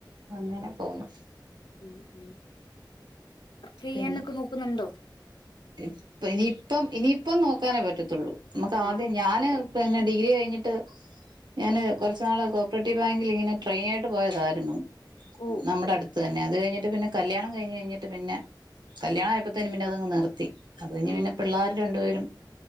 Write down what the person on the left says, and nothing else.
<unintelligible> ചെയ്യാനൊക്കെ
നോക്കു ട്ടോ
ആ
ഓ
ആ